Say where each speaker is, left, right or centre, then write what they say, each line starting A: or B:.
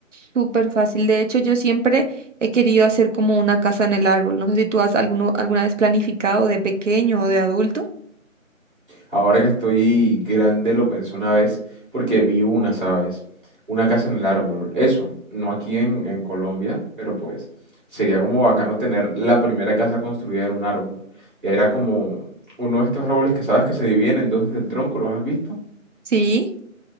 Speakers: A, on the right; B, on the right.
A: Súper fácil. De hecho, yo siempre he querido hacer como una casa en el árbol. No sé si tú has alguno, alguna vez planificado de pequeño o de adulto.
B: Ahora que estoy grande lo pensé una vez porque vi una, ¿sabes? Una casa en el árbol. Eso, no aquí en, en Colombia, pero pues sería como bacano tener la primera casa construida en un árbol. Era como uno de estos árboles que sabes que se dividen en dos desde el tronco, ¿los has visto?
A: Sí.